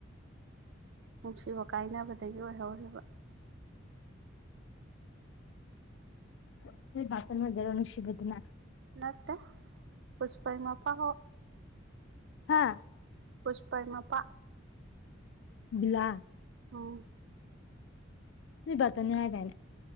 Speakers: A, on the right; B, on the left.
A: ꯅꯨꯡꯁꯤꯕ ꯀꯥꯏꯅꯕꯗꯒꯤ ꯑꯣꯏꯍꯧꯔꯤꯕ
B: <unintelligible>
A: ꯅꯠꯇ ꯄꯨꯁꯄꯃꯄ ꯍꯣ
B: ꯍꯥꯥ
A: ꯄꯨꯁꯄꯥꯏꯃꯄꯥ
B: ꯕꯂꯥ
A: ꯑꯣ
B: ꯕꯇꯅꯤ ꯍꯥꯏ ꯇꯥꯏꯅ